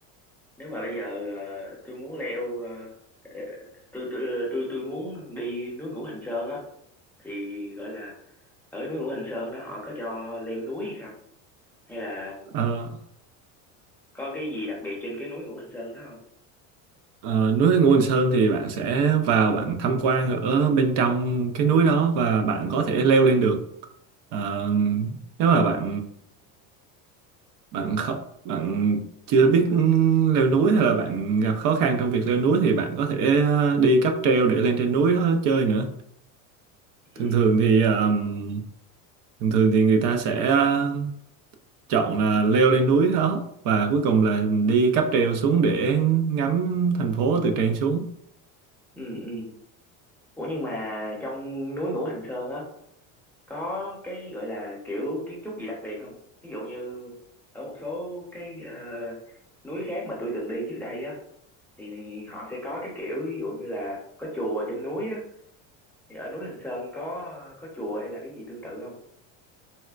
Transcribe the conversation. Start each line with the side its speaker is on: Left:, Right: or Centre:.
Centre: nếu mà bây giờ ờ, tôi muốn leo ờ, ờ, tôi tôi tôi tôi muốn đi núi Ngũ Hành Sơn á thì gọi là ở núi Ngũ Hành Sơn đó họ có cho leo núi hay không hay là
Right: ờ,
Centre: có cái gì đặc biệt trên cái núi Ngũ Hành Sơn đó không
Right: ờ, núi Ngũ Hành Sơn thì bạn sẽ vào bạn tham quan ở bên trong cái núi đó và bạn có thể leo lên được Ờ, nếu mà bạn bạn không bạn chưa biết leo núi hay là bạn gặp khó khăn trong việc leo núi thì bạn có thể ờ, đi cáp treo để lên trên núi đó chơi nữa thường
Centre: ừ,
Right: thường thì ờm, thường thường thì người ta sẽ ờ, chọn là leo lên núi đó và cuối cùng là đi
Centre: ừ,
Right: cáp treo xuống để ngắm thành phố từ trên xuống
Centre: ừ, ừ. Ủa nhưng mà trong núi Ngũ Hành Sơn á có cái gọi là kiểu kiến trúc gì đặc biệt không ví dụ như ở một số cái ờ, núi khác mà tôi từng đi trước đây á thì họ sẽ có cái kiểu ví dụ như là có chùa trên núi á thì ở núi Hình Sơn có có chùa hay là cái gì tương tự không